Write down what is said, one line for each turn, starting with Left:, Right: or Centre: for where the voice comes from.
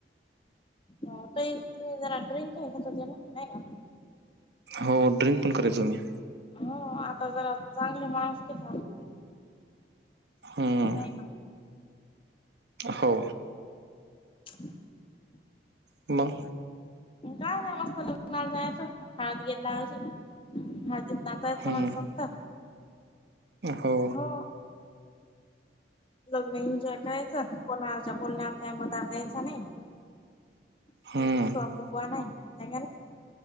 Left: का तुम्ही जराड्रिं का ख ना नाही का.
Right: हो ड्रिंक पण करायचो मी.
Left: हो आता जरा चांगले माणूस केत
Right: हम्म
Left: नाही का.
Right: हो.
Left: <inaudible>
Right: ह.
Left: का नाही मस्त लोक मार जायच हळद गेरला हची हळदी. जायच
Right: हम्म
Left: म्हण शकता.
Right: हो.
Left: हो. लग्न एन्जॉय करायचं कोणाच्या बोलण्यावर काही मतार द्यायचा नाही. का
Right: हम्म
Left: रु स कवा नाही आहे का.